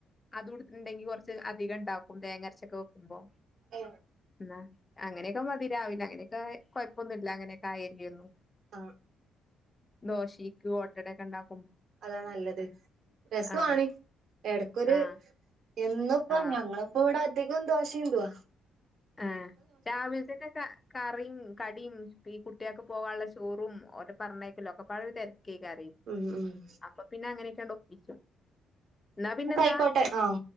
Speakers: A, on the left; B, on the right.
A: അത് കൊടുത്തിട്ടുണ്ടെങ്കി കുറച്ച് അധികം ഉണ്ടാക്കും തേങ്ങരച്ചൊക്കെ വെക്കുമ്പോ
B: ആ
A: ആ അങ്ങനെയൊക്കെ മതി രാവിലെ അങ്ങനെയൊക്കെ കൊഴപ്പൊന്നും ഇല്ല അങ്ങനെയൊക്കെ ആയല്ല ഒന്നും
B: ആ
A: ദോശക്ക് ഓട്ടടൊക്കെ ഉണ്ടാവ
B: അതാ നല്ലത് രസമാണ്
A: ആഹ്
B: ഇടക്കൊരു-
A: ആഹ്
B: എന്നിപ്പ
A: ആഹ്
B: ഞങ്ങളിപ്പോ ഇവിടെ അധികം ദോശ ചുടുവ
A: ആ രാവിലത്തേന്റെ- കറിയും കടിയും ഈ കുട്ടിയൊക്കെ പോകാനുള്ള ചോറും ഓര് പറഞ്ഞേക്കല്ലോ ഒക്കെ പലവിധ-
B: ഉം ഉം
A: അപ്പൊ പിന്നെ അങ്ങനെയൊക്കാ ഒപ്പിച്ചു എന്നാ പിന്നെ എന്താ
B: ആയിക്കോട്ടെ ആഹ്